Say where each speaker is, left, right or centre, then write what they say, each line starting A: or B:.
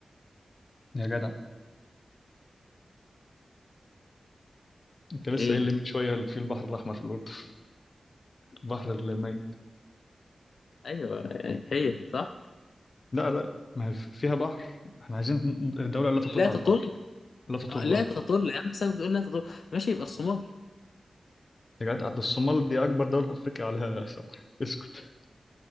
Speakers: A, on the left (about 45°); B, on the left (about 75°).
A: يا جدع انت لسه
B: ايه
A: قايل لي من شويه في البحر الاحمر في الاردن البحر الميت
B: ايوه إيه، هي صح
A: لا لا ما هي فيها بحر احنا عايزين دوله لا
B: تقول
A: تطل
B: لا
A: على
B: تطل
A: البحر لا تطل
B: آه، لا
A: اه
B: تطل يا عم سايب بتقول لا تطل ماشي يبقى الصومال
A: يا جدع ده الصومال دي اكبر دوله في افريقيا عليها ساحل اسكت